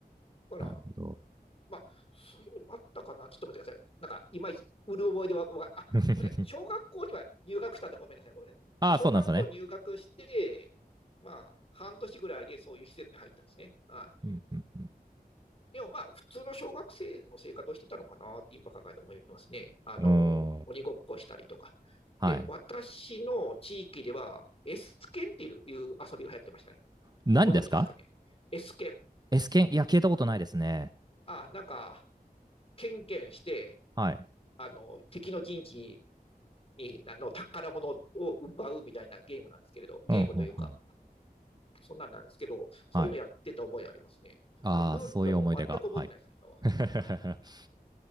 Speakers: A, on the left (about 35°); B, on the right (about 25°).
A: だから、
B: なるほど。
A: まあ、そういうのもあったかな。ちょっと待ってください。なんか、いまいち、うる覚えでわ、わかんないあ、
B: <laughs>
A: ごめんなさい。小学校には入学したんだ。ごめんなさい。ごめんなさい。
B: ああ、
A: 小学校入学して、
B: そうなんですね。
A: まあ、半年ぐらいでそういう施設に入ったんですね。はい。
B: うん、うん、
A: でもまあ、普通の小学生の生活をしてたのかなって今考えて思いますね。あの、
B: うん。うーん。
A: 鬼ごっこしたりとか。
B: はい。
A: で、私の地域では、S 剣っていう遊びが流行ってましたね。
B: 何ですか
A: ご存知ですかね。S 剣。
B: ?S 剣、いや、聞いたことないですね。
A: あ、なんか、ケンケンして、
B: はい。
A: あの、敵の陣地にに、あの、宝物を奪うみたいなゲームなんですけれど、ゲームというか、
B: うん、うん、うん。
A: そんなんなんですけど、そういうのやってた覚えありますね。
B: はい。ああ、
A: でも、ルールはもう全く覚えてないですよ、
B: そういう思い出が。はい。
A: 今は。
B: <laughs>
A: あ、